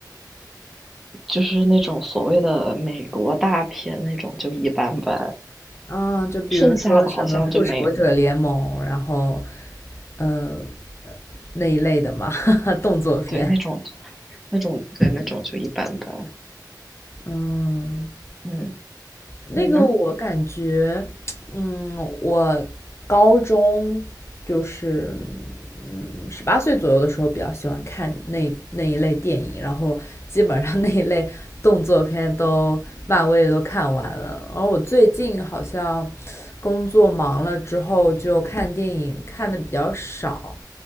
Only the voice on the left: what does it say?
啊、就比如说什么《复仇者联盟》，
然后，呃，那一类的嘛，<laughs> 动作片。
嗯，
那个我感觉，
嗯，我高中就是嗯十八岁左右的时候比较喜欢看那那一类电影，然后基本上那一类动作片都漫威的都看完了。而我最近好像工作忙了之后，就看电影看的比较少。